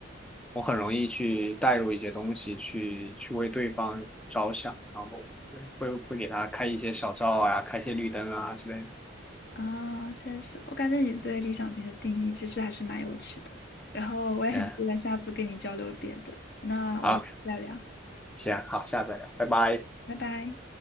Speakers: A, in the centre; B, on the left.
A: 我很容易去带入一些东西，去去为对方着想，然后对会会给他开一些小灶啊，开一些绿灯啊之类的。
B: 啊，确实，我感觉你对理想型的定义其实还是蛮有趣的。然后我也很期待下次跟你交流别的。
A: Yeah，
B: 那我们下次再聊，
A: 好，行，好，下次再聊，拜拜。
B: 拜拜。